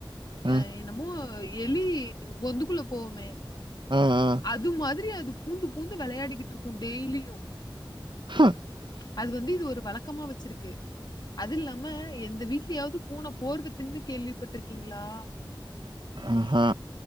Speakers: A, on the right; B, on the left.
A: ம்
B: அ என்னமோ எலி பொந்துக்குள்ள போவுமே
A: ஆ ஆ
B: அது மாதிரி அது பூந்து பூந்து வெளையாடிக்கிட்டுருக்கு டேலியு
A: <unintelligible>
B: அது வந்து இது ஒரு வழக்கமா வச்சிருக்கு அது இல்லாம எந்த வீட்லயாவது பூன போர்வ தின்னு கேள்விப்பட்ருக்கீங்ளா
A: ஆஹா